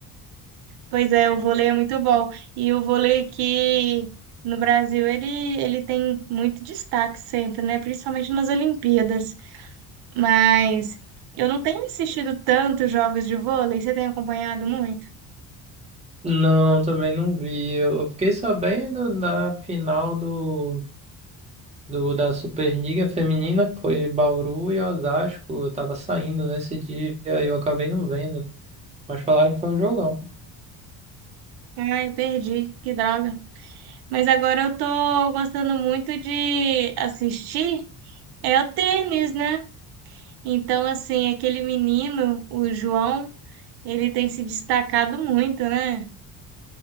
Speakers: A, on the right; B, on the right.
A: Pois é, o vôlei é muito bom. E o vôlei aqui no Brasil, ele, ele tem muito destaque sempre, né? Principalmente nas Olimpíadas. Mas eu não tenho assistido tantos jogos de vôlei. Você tem acompanhado muito?
B: Não, também não vi. Eu eu fiquei sabendo da final do Do, da Superliga Feminina, que foi Bauru e Osasco. Eu tava saindo nesse dia e eu acabei não vendo. Mas falaram que foi um jogão.
A: Ai, eu perdi. Que droga. Mas agora eu tô gostando muito de assistir. É o tênis, né? Então, assim, aquele menino, o João, ele tem se destacado muito, né?